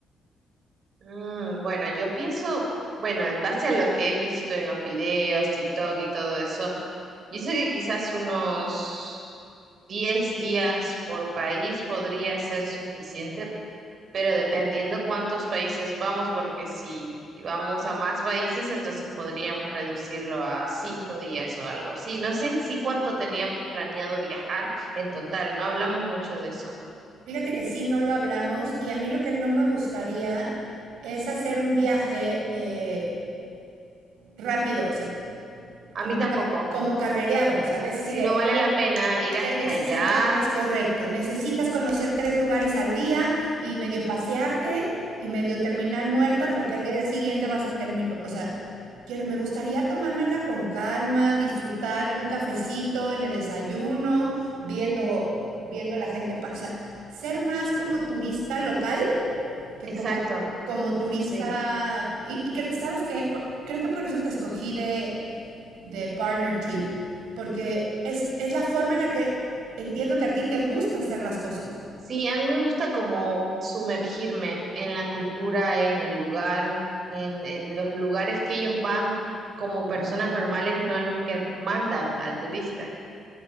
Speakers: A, on the right; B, on the right.
A: Mm, bueno, yo pienso, bueno, en base a lo que he visto en los videos, TikTok y todo eso, pienso que quizás unos 10 días por país podría ser suficiente pero dependiendo cuántos países vamos, porque si vamos a más países, entonces podríamos reducirlo a cinco días o algo así. No sé en sí cuánto teníamos planeado viajar en total, no hablamos mucho de eso.
B: Fíjate que sí, no lo hablamos y a mí lo que no me gustaría es hacer un viaje eh, rápido, o sea,
A: A
B: como,
A: mí tampoco.
B: ca- como carrereado, ¿sabes? Sí,
A: Si
B: de
A: no vale la pena ir hasta
B: Se necesitan,
A: allá.
B: es correcto, necesitas conocer tres lugares al día y medio pasearte y medio terminar muerta porque al día siguiente vas a terminar, o sea, quiero, me gustaría tomármela con calma, disfrutar un cafecito en el desayuno, viendo, viendo la gente, pa- o sea, ser más como turista local que
A: Exacto,
B: como, tu- como turista,
A: sí.
B: y, y cre- ¿sabes qué? Por- Creo que por eso te escogí de, de partner trip, porque es, es la forma en la que entiendo que a ti te gusta hacer las cosas.
A: Sí, a mí me gusta como sumergirme en la cultura, en el lugar, en, en los lugares que ellos van como personas normales, no a los que mandan al turista.